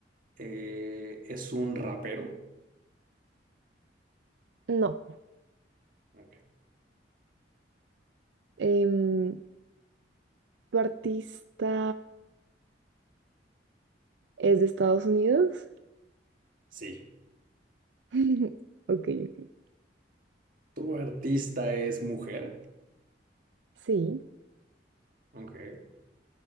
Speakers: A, on the right (about 50°); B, on the right (about 80°).
A: eh, es un rapero?
B: No,
A: Ok.
B: em, ¿tu artista es de Estados Unidos?
A: Sí.
B: <laughs> Ok, ok.
A: ¿Tu artista es mujer?
B: Sí,
A: Ok.